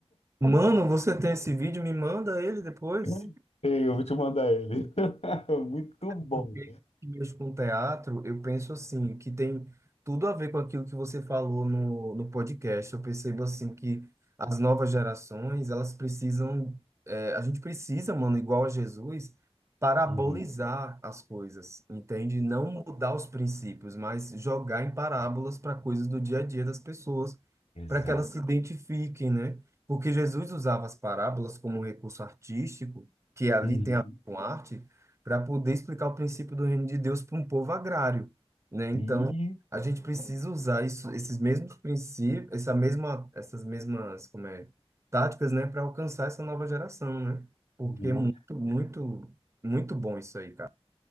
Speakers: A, on the right (about 25°); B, on the left (about 80°).
A: Mano, você tem esse vídeo? Me manda ele depois.
B: <laughs> Ei, eu vou te mandar ele. <laughs> Muito bom.
A: Porque mesmo com teatro, eu penso assim, que tem tudo a ver com aquilo que você falou no, no podcast. Eu percebo assim que as novas gerações, elas precisam, é, a gente precisa, mano, igual a Jesus, parabolizar
B: Uhum.
A: as coisas, entende? Não mudar os princípios, mas jogar em parábolas para coisas do dia a dia das pessoas,
B: Exato.
A: para que elas se identifiquem, né? Porque Jesus usava as parábolas como um recurso artístico, que ali
B: Uhum.
A: tem a ver com arte para poder explicar o princípio do reino de Deus para um povo agrário, né? Então,
B: E
A: a gente precisa usar isso, esses mesmos princípios, essa mesma, essas mesmas, como é, táticas, né, para alcançar essa nova geração, né? Porque
B: Uhum.
A: é muito, muito, muito bom isso aí, cara.